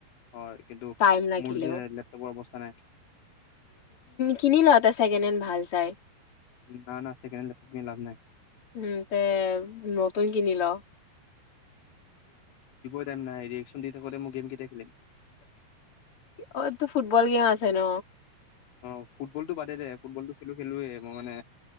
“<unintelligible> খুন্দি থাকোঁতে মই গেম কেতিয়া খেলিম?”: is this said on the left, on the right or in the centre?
Left